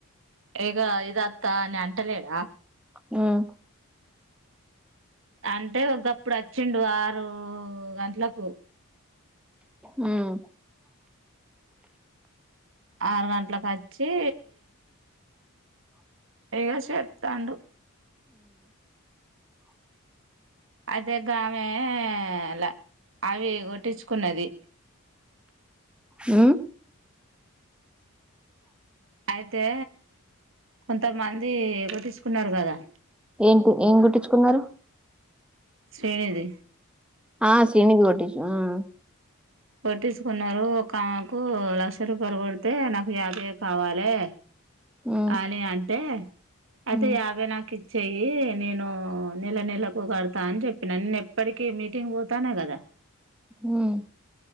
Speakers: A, on the right (about 60°); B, in the centre.
A: ఇగో ఇదొత్త అని అంటలేడ
B: ఉం
A: అంటే ఒకప్పుడు అచ్చిండు ఆరు గంటలకు
B: ఉం
A: ఆరు గంటలకు వచ్చి ఏదొ చేత్తాండు అదె గామె ఆ అలా అవి కొట్టించుకున్నది
B: ఉ
A: అయితే కొంతమంది ఒకటి కున్నార్ గదా
B: ఏంటి ఏం కుట్టించుకున్నారు
A: శ్రీనిధి
B: ఆ శ్రీనిది గొట్టిచు ఉమ్
A: కొట్టిసుకున్నారు ఒకామెకు లక్ష రూపాయలు కొడితె నాకు యాభైయే కావాలె
B: ఉమ్
A: అని అంటే అయితే
B: ఉమ్
A: యాభై నాకి చెయ్యి నేను నెల నెలకు గడతా అని చెప్పినా నేను ఎప్పటికి మీటింగ్ పోతాన కద
B: ఉమ్